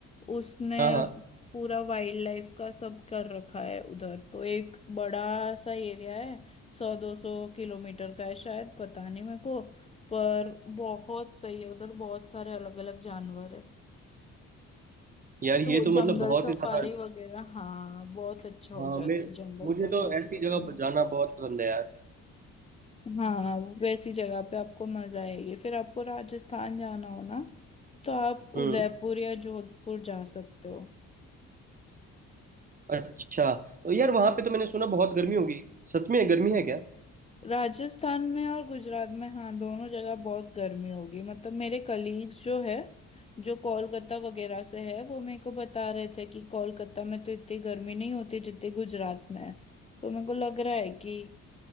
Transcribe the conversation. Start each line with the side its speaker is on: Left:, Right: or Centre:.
Left: उसने
Right: हाँ हाँ
Left: पूरा वाइल्ड लाइफ का सब कर रखा है उधर तो एक बड़ा सा एरिया है सौ दो सौ किलोमीटर का है शायद पता नहीं मेरे को पर बहुत सही है उधर बहुत सारे अलग अलग जानवर है
Right: यार
Left: तो
Right: ये
Left: वो
Right: तो
Left: जंगल
Right: मतलब बहुत
Left: सफारी
Right: ही ज्यादा
Left: वगैरह हाँ बहुत अच्छा हो
Right: हाँ
Left: जाता
Right: मैं
Left: है जंगल
Right: मुझे
Left: सफारी
Right: तो ऐसी
Left: वगैरह
Right: जगह पर जाना बहुत पसंद है यार
Left: हाँ वैसी जगह पे आपको मजा आएगी फिर आपको राजस्थान जाना हो ना तो आप
Right: हम्म
Left: उदयपुर या जोधपुर जा सकते हो
Right: अच्छा तो यार वहाँ पे तो मैंने सुना बहुत गर्मी होगी सच में गर्मी है क्या
Left: राजस्थान में और गुजरात में हाँ दोनों जगह बहुत गर्मी होगी मतलब मेरे कलीग्स जो है जो कोलकाता वगैरह से है वो मेरे को बता रहे थे कि कोलकाता में तो इतनी गर्मी नहीं होती जितनी गुजरात में है तो मेरे को लग रहा है कि